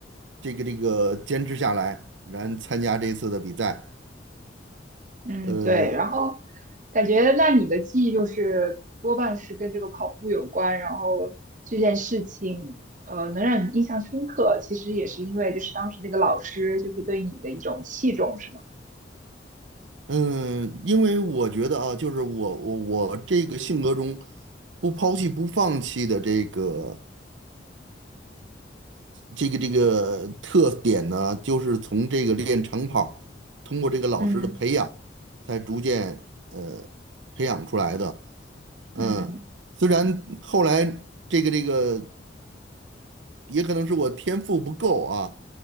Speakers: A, on the right (about 85°); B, on the right (about 45°).
A: 这个这个坚持下来，然参加这次的比赛。
B: 嗯，
A: 呃
B: 对，然后感觉那你的记忆就是多半是跟这个跑步有关，然后这件事情，呃，能让你印象深刻，其实也是因为就是当时那个老师就是对你的一种器重，是吗？
A: 嗯，因为我觉得啊，就是我我我这个性格中不抛弃不放弃的这个。这个这个特点呢，就是从这个练长跑，通过这个老师的培养，
B: 嗯
A: 才逐渐呃培养出来的。嗯，
B: 嗯
A: 虽然后来这个这个也可能是我天赋不够啊，